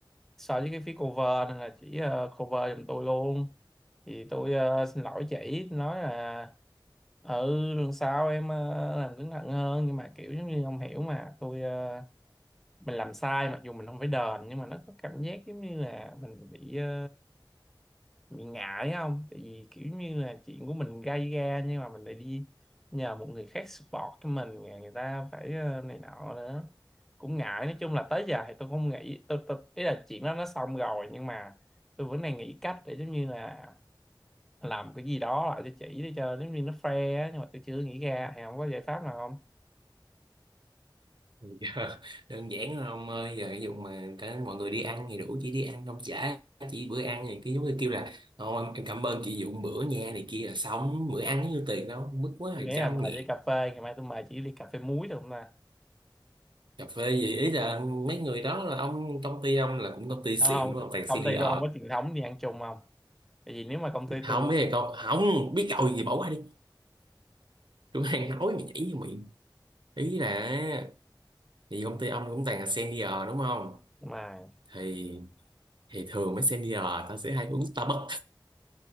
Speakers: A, in the centre; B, on the right (about 70°).
A: so với cái phía cover nên là chỉ ờ, cover giùm tôi luôn thì tôi ờ, xin lỗi chị nói là ừ lần sau em ờ, làm cẩn thận hơn nhưng mà kiểu giống như ông hiểu mà tôi ờ, mình làm sai mặc dù mình không phải đền nhưng mà nó có cảm giác giống như là mình bị ờ, bị ngại không tại vì kiểu như là chuyện của mình gây ra nhưng mà mình lại đi nhờ một người khác support cho mình rồi người ta phải ờ, này nọ nữa cũng ngại nói chung là tới giờ thì tôi không nghĩ tôi, tôi ý là chuyện đó nó xong rồi nhưng mà tôi vẫn đang nghĩ cách để giống như là làm cái gì đó lại cho chị để cho giống như nó fair á, nhưng mà tôi chưa nghĩ ra thì không có giải pháp nào không
B: <laughs> Dạ, đơn giản là ông ơi giờ ví dụ mà cả mọi người đi ăn thì đủ chị đi ăn ông trả chị bữa ăn thì cái giống như kêu là "Ô, em, em cảm ơn chị dụng bữa nha này kia là xong bữa ăn như tiền đâu mức quá là
A: tôi nghĩ
B: trăm
A: là mời
B: nghìn
A: với cà phê ngày mai tôi mời chị ly cà phê muối được không ta
B: cà phê gì ý là mấy người đó là ông công ty ông là cũng công ty xịn
A: Đúng không
B: đúng không toàn
A: công
B: senior
A: ty tôi không có truyền thống đi ăn chung không tại vì nếu mà công ty
B: không
A: tôi đi
B: biết là cậu không biết cậu gì bỏ qua đi tôi đang nói mà nhảy vô miệng ý là thì công ty ông cũng toàn là senior đúng không
A: mà
B: thì thì thường mấy senior tao sẽ hay uống Starbucks